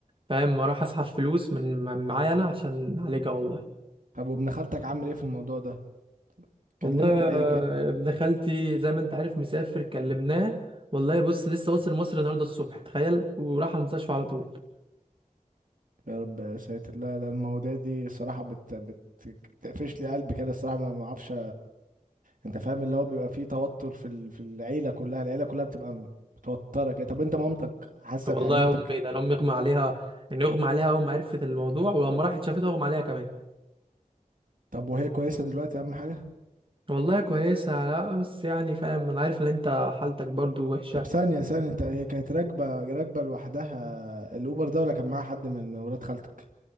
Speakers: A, on the right; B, on the right.
A: فاهم اروح اسحب فلوس من من معايا انا عشان نعالجها والله
B: طب وابن خالتك عامل ايه في الموضوع ده
A: والله
B: كلمه كده يجي
A: آه،
B: لك.
A: ابن خالتي زي ما انت عارف مسافر كلمناه والله بص لسه وصل مصر النهارده الصبح تخيل وراح على المستشفى على طول
B: يا رب يا ساتر لا لا المواضيع دي صراحة بت بت بتقفش لي قلبي كده الصراحة ما ما اعرفش انت فاهم اللي هو بيبقى فيه توتر في ال- في العيلة كلها العيلة كلها بتبقى متوترة كده طب انت مامتك حاسة
A: والله
B: يعني مامتك
A: يا امي ده انا امي اغمى عليها يعني اغمى عليها اول ما عرفت الموضوع ولما راحت شافتها اغمى عليها كمان
B: طب وهي كويسة دلوقتي أهم حاجة
A: والله كويسة آه، بس يعني فاهم انا عارف ان انت حالتك برضو وحشة
B: طب ثانية ثانية أنت هي كانت راكبة راكبة لوحدها الأوبر ده ولا كان معاها حد من ولاد خالتك